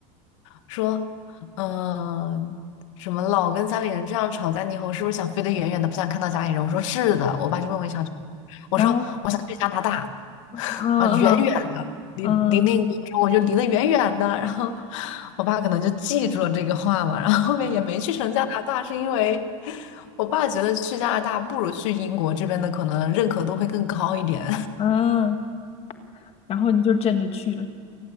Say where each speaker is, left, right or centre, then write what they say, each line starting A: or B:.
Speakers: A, on the left; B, on the left.
A: 说，嗯，什么老跟家里人这样吵架，你以后是不是想飞得远远的，不想看到家里人？我说是的，我爸就问我想去，我说我想去加拿大，
B: 然后嗯嗯
A: <laughs> 啊，远远的，离离那个，
B: 嗯
A: 我就离得远远的。然后我爸可能就记住了这个话嘛，然后后面也没去成加拿大，是因为我爸觉得去加拿大不如去英国这边的可能认可度会更高一点。
B: 嗯，然后你就真的去了，